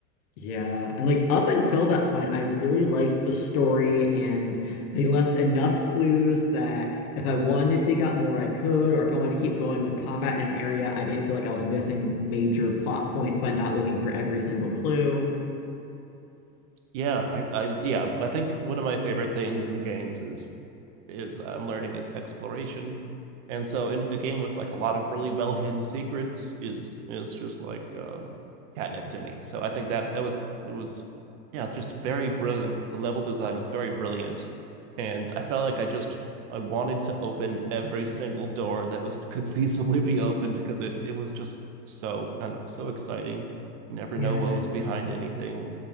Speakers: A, on the left; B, on the right.
A: Yeah, and like up until that point, I really liked the story, and they left enough clues that if I wanted to seek out more, I could, or if I wanted to keep going with combat in an area, I didn't feel like I was missing major plot points by not looking for every single clue.
B: yeah, I, I yeah, I think one of my favorite things in games is is I'm learning is exploration. And so in a game with like a lot of really well hidden secrets is is just like um catnip to me. So I think that that was it was yeah, just very brilliant. The level design was very brilliant. And I felt like I just I wanted to open every single door that was could <laughs> feasibly be opened because it it was just so I don't know, so exciting. You never
A: Yes.
B: know what was behind anything